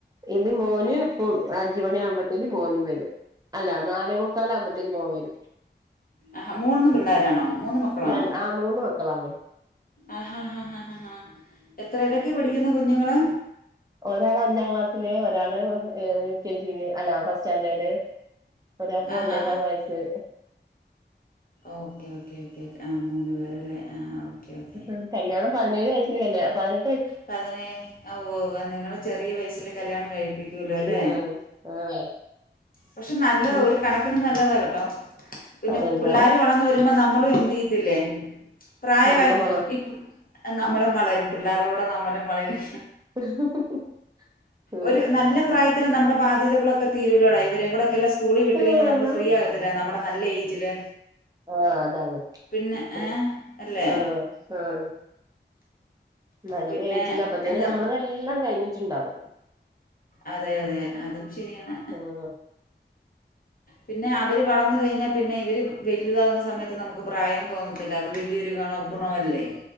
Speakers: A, on the right; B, on the left.
A: ഇനി മോന് ഇപ്പൊ അഞ്ചു മണി ആവുമ്പോത്തേനും മോനും വരും അല്ല നാലേ മുക്കാല് ആവുമ്പത്തേന് മോൻ വരും
B: ആഹ് മൂന്ന് പിള്ളേരാണോ മൂന്ന് മക്കളാണോ?
A: ര- ആ മൂന്ന് മക്കളാണ്
B: ആഹാ ഹാ ഹാ ഹാ ഹാ എത്രയിലൊക്കെയാ പിടിക്കുന്ന കുഞ്ഞുങ്ങള്
A: ഒരാൾ അഞ്ചാം ക്ലാസ്സില് ഒരാള് യു കെ ജില് അല്ല ഫസ് സ്റ്റാഡേർഡ് ഒരാൾക്ക്
B: ആഹാ
A: ഒന്നേകാല് വയസ്സ്
B: ഓക്കേ ഓക്കേ ഓക്കെ ആഹ് മൂന്ന് പേരല്ലേ? ആ ഓക്കെ ഓക്കെ
A: ഉം കല്യാണം പതിനേഴ് വയസ്സിൽ കല്യാണം പതിനെ
B: പതിനെ ഓഹ് നിങ്ങള് ചെറിയ വയസില് കല്യാണം കഴിപ്പിക്കൂല്ലോ അല്ലെ
A: ആഹ് ആഹ്
B: പക്ഷെ നല്ലത
A: ഉം
B: ഒരു കണക്കിന് നല്ലത കേട്ടോ പിന്നെ
A: അതെന്താ
B: പിള്ളാര് വളർന്ന് വരുമ്പോ നമ്മളും എന്ത്‌ ചെയ്ത്തില്ലേ പ്രായയാ
A: നമ്മള് വള
B: ഈ നമ്മളും വളരും പിള്ളേരുടെ കൂടെ നമ്മളും വളരും
A: <inaudible>
B: ഒരു നല്ല പ്രായത്തില് നമ്മുടെ ബാധ്യതകളൊക്കെ തീരൂലോടെ ഇവരേം കൂടോക്കെ ല്ലേ സ്കൂളിൽ വിട്ടു
A: ആഹ്
B: കഴിഞ്ഞാ നമ്മള് ഫ്രീയകത്തില്ലേ നമ്മുടെ നല്ല ഏജില്
A: ആഹ് അതാണ്
B: പിന്നെ
A: ഉം
B: ഏ അല്ലേ
A: ഉം നല്ല
B: പിന്നെ
A: ഏജിൽ അപ്പത്തേനും
B: എന്താ
A: നമ്മളിതെല്ലാം കഴിഞ്ഞിട്ടുണ്ടാവും
B: അതെ അതെ അതും ശരിയാണ്
A: ആഹ്
B: പിന്നെ അവര് വളന്ന് കഴിഞ്ഞ പിന്നെ ഇവര് വലുതാകുന്ന സമയത്ത് നമുക്ക് പ്രായം തോന്നത്തില്ല അത് വലിയൊരു ഗണ ഗുണവല്ലേ